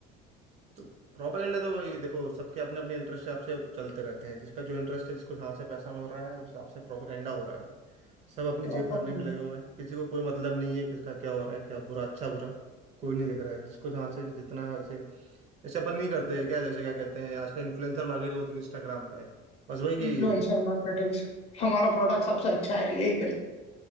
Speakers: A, on the right; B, on the left.
A: तो प्रोपेगेंडा तो वही देखो सबके अपने अपने इंटरेस्ट के हिसाब से चलते रहते हैं जिसका जो इंटरेस्ट है जिसको जहाँ से पैसा मिल रहा है उस हिसाब से प्रोपेगेंडा हो रहा है सब अपनी
B: प्रोपोगंडा
A: जेब भरने में लगे हुए हैं किसी को कोई मतलब नहीं है किसका क्या हो रहा है क्या बुरा अच्छा बुरा कोई नहीं देख रहा है जिसको जहाँ से जितना वैसे जैसे अपन नहीं करते हैं क्या जैसे क्या कहते हैं आजकल इन्फ्लुएंसर मार्केटिंग होती है इंस्टाग्राम पे बस वही
B: इन्फ्लुएंसर
A: यही है भी
B: मार्केटिंग से हमारा प्रोडक्ट सबसे अच्छा है यही गलत